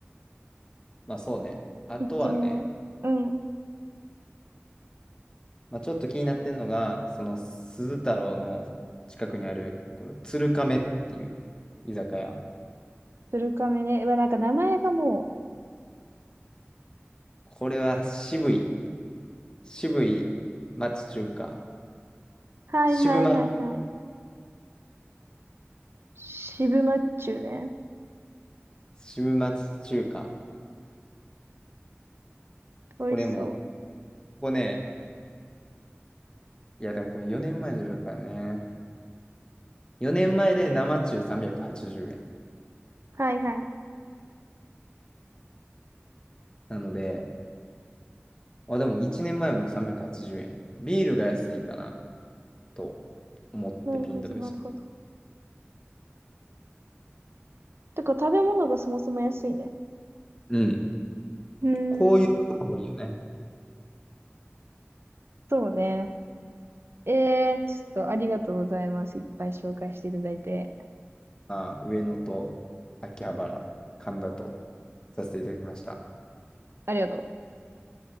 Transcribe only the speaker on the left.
まあそうね。あとはね、
まあ、ちょっと気になってんのが、その鈴太郎の近くにある、この鶴亀っていう居酒屋。
これは渋い、渋い町中華。
渋ま、
渋町中華。これも、
ここね、いやでもこれ4年前の予からね。4年前で生中380円。
なので、あ、でも1年前も380円。ビールが安いかな、と思ってピン止めした。
うん。
こういうところもいいよね。
あ、上野と秋葉原、神田とさせていただきました。